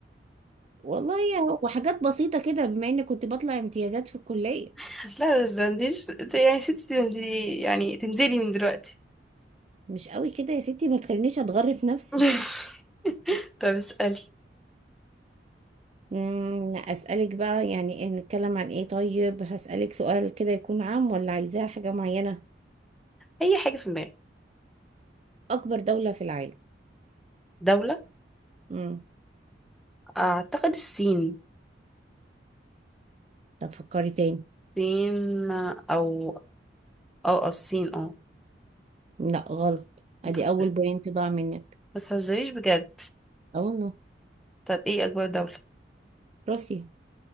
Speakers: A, on the right; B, in the centre.
A: والله يا- وحاجات بسيطه كده بما اني كنت بطلع امتيازات في الكليه
B: <laughs> لا بس ده انت لسه- يعني ستي تنزلي يعني تنزلي من دلوقتي
A: مش قوي كده يا ستي ما تخلينيش اتغرف نفسي
B: <laughs> طب اسالي
A: امم اسالك بقى يعني إيه نتكلم عن ايه طيب هسالك سؤال كده يكون عام ولا عايزاه حاجه معينه
B: اي حاجه في دماغك
A: اكبر دوله في العالم
B: دوله
A: امم
B: اعتقد الصين
A: طب فكري تاني
B: الصين او او أو الصين اه
A: لا غلط
B: بتهزري.
A: ادي اول بوينت ضاع منك
B: ما تهزريش بجد
A: اه والله
B: طب ايه اكبر دوله يا
A: روسيا